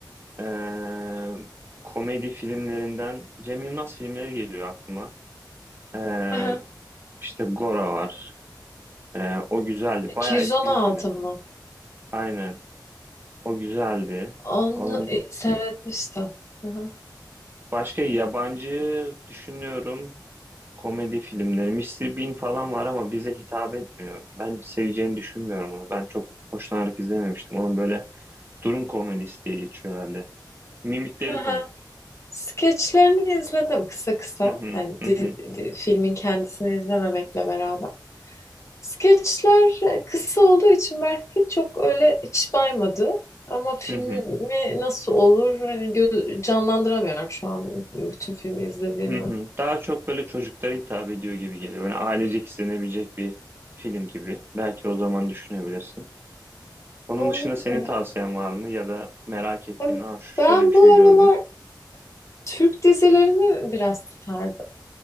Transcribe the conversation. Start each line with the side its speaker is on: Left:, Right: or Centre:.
Right: eee, komedi filmlerinden Cem Yılmaz filmleri geliyor aklıma. Eee
Left: Aha.
Right: işte Gora var. Eee, o güzeldi. Bayağı
Left: 216
Right: eski bir film.
Left: mı?
Right: Aynen. O güzeldi.
Left: Onu
Right: Onun
Left: e, seyretmiştim. Aha.
Right: başka yabancı düşünüyorum komedi filmleri. Mr. Bean falan var ama bize hitap etmiyor. Ben seveceğini düşünmüyorum onu. Ben çok hoşlanarak izlememiştim. Onun böyle durum komedisi diye geçiyor herhalde. Mimikleri
Left: Aha.
Right: komik.
Left: Skeçlerini izledim kısa kısa.
Right: Hı hı,
Left: Yani
Right: hı
Left: di-
Right: hı.
Left: di- filmin kendisini izlememekle beraber. Skeçler e, kısa olduğu için belki çok öyle iç baymadı. Ama filmi
Right: Hı hı.
Left: nasıl olur hani gö- canlandıramıyorum şu an bütün filmi izlediğimi.
Right: Hı hı. Daha çok böyle çocuklara hitap ediyor gibi geliyor. Yani ailecek izlenebilecek bir film gibi. Belki o zaman düşünebilirsin. Onun
Left: Olabilir.
Right: dışında senin tavsiyen var mı? Ya da merak ettiğin,
Left: Ama
Right: ha şu şöyle
Left: Ben
Right: bir şey
Left: bu aralar
Right: gördüm.
Left: Türk dizilerini biraz sardım.